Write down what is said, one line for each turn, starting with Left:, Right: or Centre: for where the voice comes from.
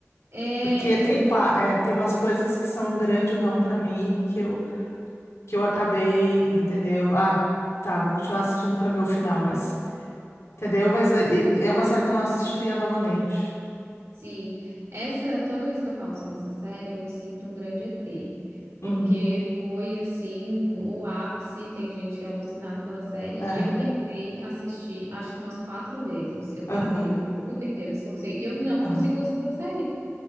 Right: É,
Left: Porque
Right: é
Left: tem,
Right: que assim,
Left: pa- é, tem umas coisas que são um grande não pra mim que eu, que eu acabei, entendeu? Ah, tá, vou continuar assistindo pra ver o final, mas. Entendeu? Mas é, é é uma série que eu não assistiria novamente.
Right: sim, essa, toda vez que eu falo sobre essa série, eu me sinto um grande ET.
Left: Uhum.
Right: Porque foi assim, o ápice, tem gente que é alucinada pela série,
Left: É.
Right: e eu tentei assistir, acho que umas quatro vezes. Eu tentei,
Left: Aham.
Right: eu juro que eu tentei, eu me esforcei, e eu não
Left: Aham.
Right: consigo gostar da série.